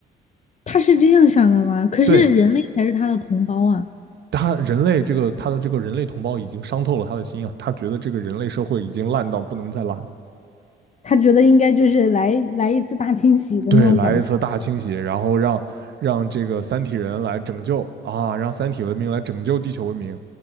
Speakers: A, on the left; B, on the right.
A: 他是这样想的吗？可是人类才是他的同胞啊，
B: 对，他人类这个他的这个人类同胞已经伤透了他的心啊，他觉得这个人类社会已经烂到不能再烂了。
A: 他觉得应该就是来来一次大清洗的那种感觉。
B: 对，来一次大清洗，然后让让这个三体人来拯救啊，让三体文明来拯救地球文明，